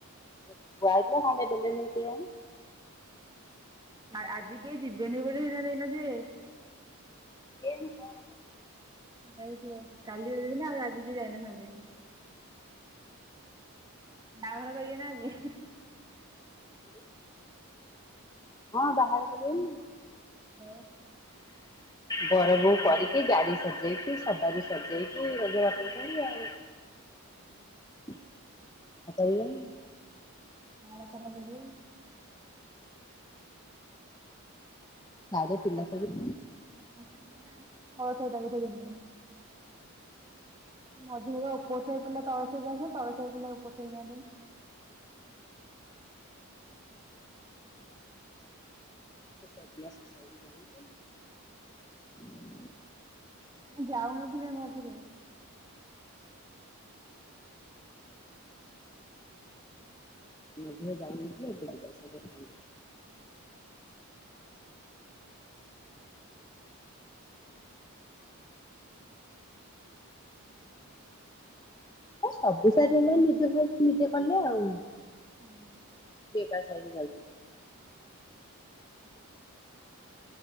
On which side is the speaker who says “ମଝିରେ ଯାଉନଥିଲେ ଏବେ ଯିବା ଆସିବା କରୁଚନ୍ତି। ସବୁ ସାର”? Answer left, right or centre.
Left